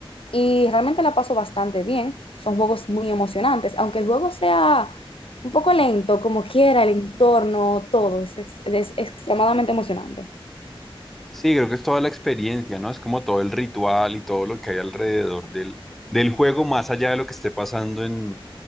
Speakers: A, on the left (about 75°); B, in the centre.
A: y realmente la paso bastante bien. Son juegos muy emocionantes, aunque el juego sea un poco lento, como quiera, el entorno, todo, es, ex- es extremadamente emocionante.
B: Sí, creo que es toda la experiencia, ¿no? Es como todo el ritual y todo lo que hay alrededor del, del juego, más allá de lo que esté pasando en,